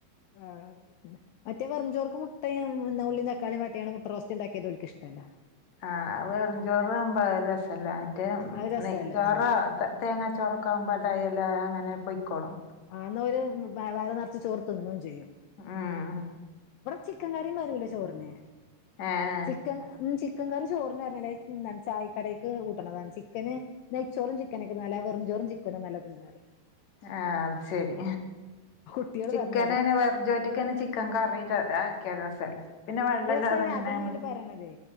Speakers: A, on the left; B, on the left.
A: ആഹ് മറ്റേ വെറും ചോർക്ക് മുട്ടയും ഉള്ളിയും തക്കാളിയും വഴറ്റിയാണ്ണ് മുട്ട റോസ്റ്റ് ഉണ്ടാക്കിയത് ഓർക്ക് ഇഷ്ടമല്ല
B: ആഹ് വെറുംചോറ് ആവുമ്പോ ഒരു രസ ല്ലെ മറ്റേ
A: അത് രസല്ല
B: നെയ്ച്ചോറോ
A: ആഹ്
B: തേങ്ങാ ചോറെക്കെ ആവുമ്പോ അതായെല്ലാം അങ്ങനെ പൊയ്ക്കോളും
A: ആഹ് ന്നൊരു വയറ് നിറച്ച് ചോർ തിന്നും ചെയ്യും
B: ഉം
A: ചിക്കൻ കറിയും വരൂലേ ചോറിന്
B: ആഹ്
A: ചിക്കൻ ഉം ചിക്കൻ കറി ചോറിന് പറഞ്ഞല്ലേ എന്താണ് ചായക്കടക്ക് കൂട്ടണതാണ് ചിക്കന് നെയ്ചോറും ചിക്കനെക്കാളും നല്ല വെറുംചോറും ചിക്കനും നല്ലതനന്ന് പറയും
B: ആഹ് അത് ശെരി
A: കുട്ടികള്
B: ചിക്കന്
A: പറഞ്ഞു തരും
B: അതിന് വെറും ചോറുക്ക് ചിക്കന് ചിക്കൻ കറി ആക്കിയ രസല്ല പിന്നെ വെള്ളം
A: രസല്ല
B: ഇല്ലാതെ അങ്ങനെ
A: അതന്നെ
B: നമ്മള്
A: ഓല് പറയണതേ